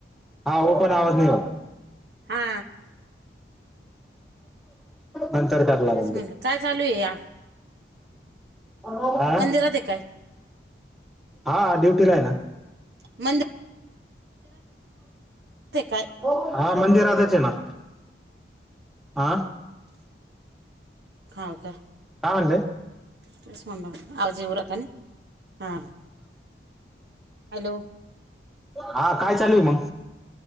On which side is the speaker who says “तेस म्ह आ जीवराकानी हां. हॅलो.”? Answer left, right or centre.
Right